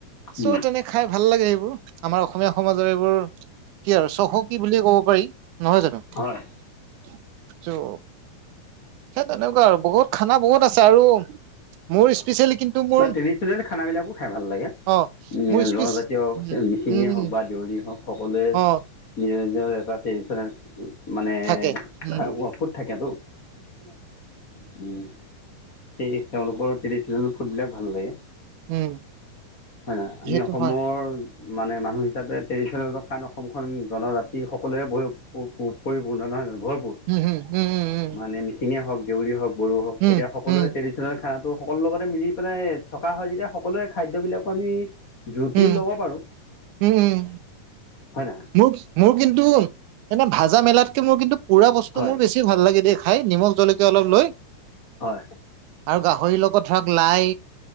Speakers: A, on the right (about 80°); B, on the left (about 40°).
A: চ'
B: উম,
A: তেনে খাই ভাল লাগে সেইবোৰ আমাৰ অসমীয়া সমাজৰ এইবোৰ কি আৰু চহকী বুলিয়ে ক'ব পাৰি নহয় জানো ত'
B: হয়
A: সেই তেনেকুৱা আৰু বহুত খানা বহুত আছে, আৰু মোৰ স্পেচিয়েলি কিন্তু মোৰ
B: অ' ট্ৰেডিচনেল খানাবিলাকো খাই ভাল লাগে।
A: অ মোৰ স্পিচ
B: জনজাতীয়
A: উম
B: মিচিংই
A: উম
B: হওক
A: উম
B: বা দেউৰীয়ে হওক। সকলোৱে
A: অ
B: নিজৰ-নিজৰ এটা ট্ৰেডিশনেল মানে
A: থাকে উম
B: খাই <unintelligible> থাকে তো। উম সেই তেওঁলোকৰ ট্ৰেডিচনেল ফুড বিলাক ভাল লাগে।
A: উম
B: হয় নাই আমি
A: সেইটো
B: অসমৰ
A: হয়
B: মানে মানুহ হিচাপে ট্ৰেডিশ্যনেল কাৰণ অসমখন জনজাতি সকলোৱে পৰিপূৰ্ণ নহয়জানো ভৰপূৰ।
A: উম উম উম উম
B: মানে মিচিঙে হওক, দেউৰীয়ে হওক বড়ো হওক
A: উম
B: এতিয়া সকলোৱে
A: উম
B: ট্ৰেডি খানাতো সকলো লগতে মিলি পেলাই থকা হয় যেতিয়া সকলোৱে খাদ্য বিলাকো আমি জুতি
A: উম
B: লব পাৰো,
A: উম উম
B: হয় নহয়।
A: মোৰ মোৰ কিন্তু, এনে ভাজা মেলাতকে মোৰ কিন্তু পুৰা বস্তু
B: হয়
A: মোৰ বেছি বেছি ভাল লাগে দেই খাই নিমখ জলকীয়া অলপ লৈ।
B: হয়।
A: আৰু গাহৰিৰ লগত ধৰক লাই